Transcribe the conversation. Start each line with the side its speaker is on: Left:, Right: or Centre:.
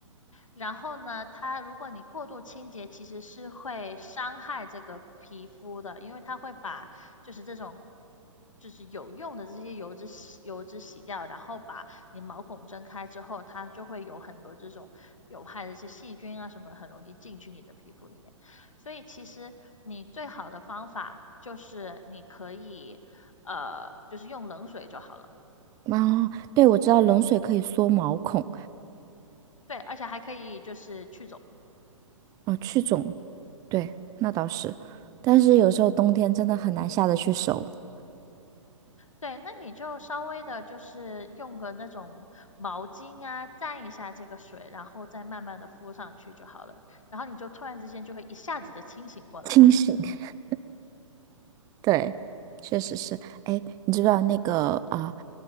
Left: 然后呢，它如果你过度清洁，其实是会伤害这个皮肤的，因为它会把就是这种就是有用的这些油脂洗油脂洗掉，然后把你毛孔睁开之后，它就会有很多这种有害的一些细菌啊什么，很容易进去你的皮肤里面。所以其实你最好的方法就是你可以呃，就是用冷水就好了。
Right: 啊，对，我知道冷水可以缩毛孔。
Left: 对，而且还可以就是去肿。
Right: 哦，去肿，对，那倒是，但是有时候冬天真的很难下得去手，
Left: 对，那你就稍微的，就是用个那种毛巾啊，蘸一下这个水，然后再慢慢的敷上去就好了。然后你就突然之间就会一下子的清醒过来。
Right: 清醒。<laughs> 对，确实是。哎，你知不知道那个啊、